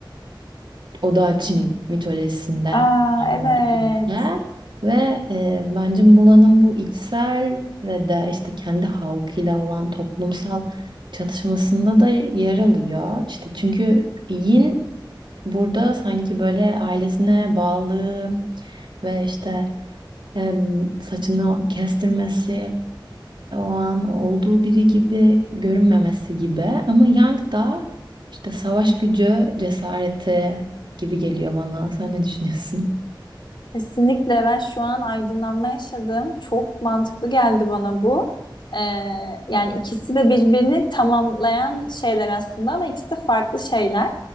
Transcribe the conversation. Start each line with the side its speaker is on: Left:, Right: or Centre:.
Right: Oda Çin mitolojisinde
Left: Aa
Right: yani
Left: evet.
Right: bir ilke ve e, bence Mula'nın bu içsel ve de işte kendi halkıyla olan toplumsal çatışmasında da yer alıyor. İşte çünkü Yin burada sanki böyle ailesine bağlı ve işte em, saçını kestirmesi o an olduğu biri gibi görünmemesi gibi ama Yang da işte savaş gücü, cesareti gibi geliyor bana. Sen ne düşünüyorsun?
Left: Kesinlikle ben şu an aydınlanma yaşadım. Çok mantıklı geldi bana bu. Ee, yani ikisi de birbirini tamamlayan şeyler aslında ama ikisi de farklı şeyler.